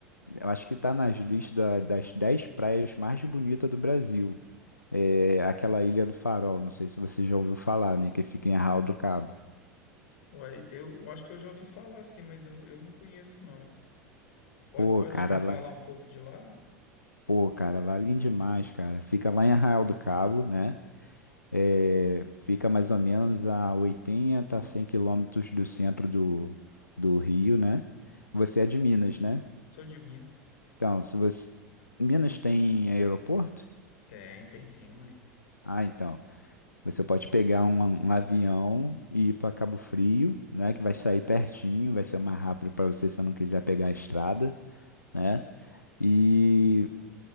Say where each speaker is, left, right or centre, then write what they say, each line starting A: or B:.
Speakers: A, on the left; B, on the left.
A: eu acho que está nas listas da- das 10 praias mais bonitas do Brasil. É, aquela Ilha do Farol, não sei se você já ouviu falar, né? Que fica em Arraial do Cabo.
B: Uai, eu acho que eu já ouvi falar assim, mas eu, eu não conheço, não. Pode,
A: Pô,
B: pode
A: cara,
B: me falar
A: lá.
B: um pouco de lá?
A: Pô, cara, lá é lindo demais, cara. Fica lá em Arraial do Cabo, né? É, fica mais ou menos a 80, 100 quilômetros do centro do, do Rio, né? Você é de Minas, né?
B: Sou de Minas.
A: Então, se você... Minas tem aeroporto?
B: Tem, tem sim, ué.
A: Ah, então. Você pode pegar um, um avião e ir para Cabo Frio, né? Que vai sair pertinho, vai ser mais rápido para você se você não quiser pegar a estrada, né? E